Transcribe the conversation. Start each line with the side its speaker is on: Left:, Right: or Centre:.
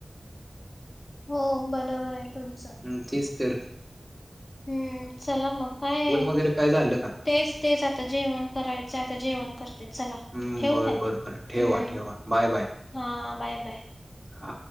Left: हो बरोबर आहे तुमचं
Centre: ह् तसतर
Left: हम्म चला मग काय
Centre: वगैरे काय झालं का
Left: तेच तेच आता जेवण करायचं आता जेवण कर ते चला
Centre: हम्म
Left: ठेव
Centre: बर
Left: काय हम्म
Centre: बर बर ठेवा ठेवा बाय बाय
Left: हा बाय बाय
Centre: हा